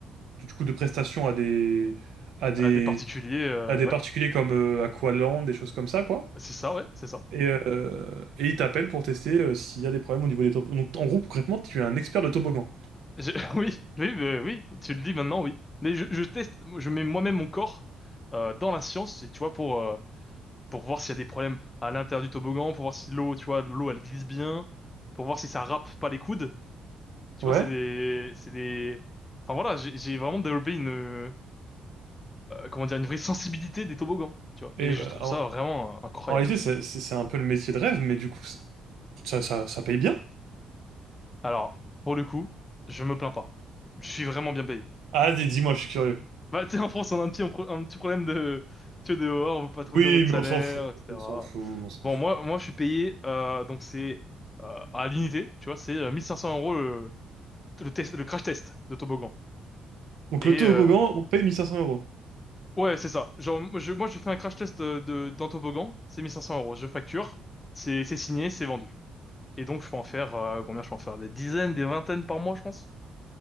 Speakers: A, on the right; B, on the left.
A: du coup, de prestations à des, à des,
B: Euh, des particuliers, euh,
A: à des
B: ouais,
A: particuliers comme euh, Aqualand, des choses comme ça, quoi.
B: c'est ça, ouais, c'est ça.
A: Et, euh, et ils t'appellent pour tester euh, s'il y a des problèmes au niveau des toboggans. Donc, en gros, concrètement, tu es un expert de toboggan.
B: Je- <laughs> oui, oui, euh, oui, tu le dis maintenant, oui. Mais je, je teste, je mets moi-même mon corps euh, dans la science, et tu vois pour euh, pour voir s'il y a des problèmes à l'intérieur du toboggan, pour voir si l'eau, tu vois, l'eau elle glisse bien, pour voir si ça râpe pas les coudes. Tu
A: Ouais.
B: vois, c'est des, c'est des, enfin voilà, j'ai j'ai vraiment développé une, euh, comment dire, une vraie sensibilité des toboggans, tu vois.
A: Et
B: Et je
A: bah,
B: trouve
A: en,
B: ça vraiment euh, incroyable.
A: en réalité, c'est c'est- c'est un peu le métier de rêve, mais du coup, c'est- ça, ça, ça paye bien.
B: Alors, pour le coup, je me plains pas. Je suis vraiment bien payé.
A: Ah, dis- dis-moi, je suis curieux.
B: Bah, tu sais, en France, on a un petit, un pro- un petit problème de, tu vois, de, oh, on veut pas trop
A: Oui,
B: dire notre
A: mais
B: salaire,
A: on s'en fout,
B: etc.
A: on s'en fout, on s'en
B: Bon,
A: fout.
B: moi, moi, je suis payé, euh, donc c'est euh, à l'unité, tu vois, c'est euh, 1500 euros le test, le crash test de toboggan.
A: Donc
B: Et
A: le toboggan,
B: euh,
A: on paye 1500 euros.
B: ouais, c'est ça. Genre, moi, je, moi, je fais un crash test de, de- d'un toboggan, c'est 1500 euros. Je facture, c'est c'est signé, c'est vendu. Et donc, je peux en faire, euh, combien je peux en faire? Des dizaines, des vingtaines par mois, je pense.